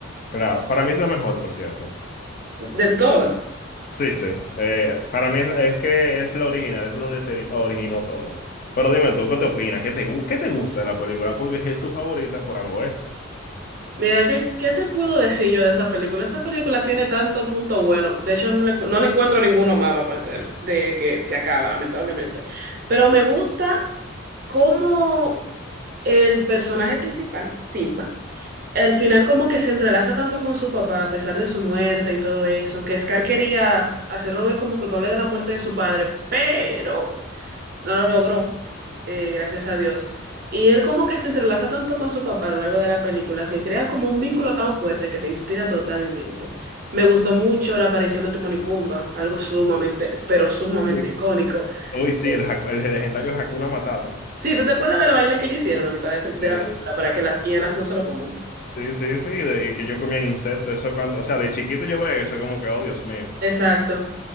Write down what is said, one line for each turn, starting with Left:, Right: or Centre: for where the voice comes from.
Left: Claro, para mí es la mejor, por cierto.
Right: De todas.
Left: Sí, sí. Eh, para mí es, es que es la original, es donde se originó todo. Pero dime tú, ¿qué te opinas? ¿Qué te, gu- qué te gusta de la película? Porque si es tu favorita, por algo es.
Right: Mira, ¿qué, qué te puedo decir yo de esa película? Esa película tiene tanto punto bueno, de hecho no le, no le encuentro ninguno malo aparte del- de que se acaba, lamentablemente, pero me gusta cómo el personaje principal, Simba, El final como que se entrelaza tanto con su papá, a pesar de su muerte y todo eso, que Scar quería hacerlo ver como culpable de la muerte de su padre, pero no lo logró, eh, gracias a Dios. Y él como que se entrelaza tanto con su papá a lo largo de la película, que crea como un vínculo tan fuerte que te inspira totalmente. Me gustó mucho la aparición de Timón y Pumba, algo sumamente, pero sumamente
Left: Uy,
Right: icónico.
Left: uy, sí,
Right: Eh,
Left: el, Haku- el legendario Hakuna Matata.
Right: Sí, ¿tú te acuerdas del baile que ellos hicieron a mitad de, de
Left: Eh,
Right: la película para que las hienas no se lo coman?
Left: sí, sí, sí, de- y que yo comía insectos, eso cuando, o sea, de chiquito yo veía eso como que, oh, Dios mío.
Right: Exacto.